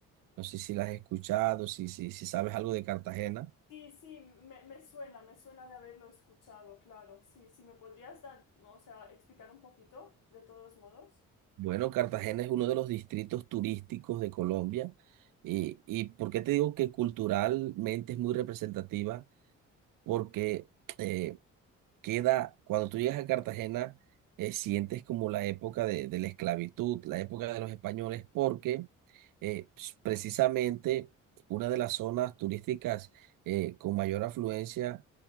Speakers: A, on the right (about 70°); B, on the left (about 65°).
A: No sé si la has escuchado, si, si, si sabes algo de Cartagena.
B: Sí, sí, me, me suena, me suena de haberlo escuchado, claro. Sí, sí, ¿me podrías dar, o sea, explicar un poquito, de todos modos?
A: Bueno, Cartagena es uno de los distritos turísticos de Colombia. Y, y ¿por qué te digo que culturalmente es muy representativa? Porque eh, queda, cuando tú llegas a Cartagena, eh, sientes como la época de, de la esclavitud, la época de los españoles, porque eh, s- precisamente una de las zonas turísticas eh, con mayor afluencia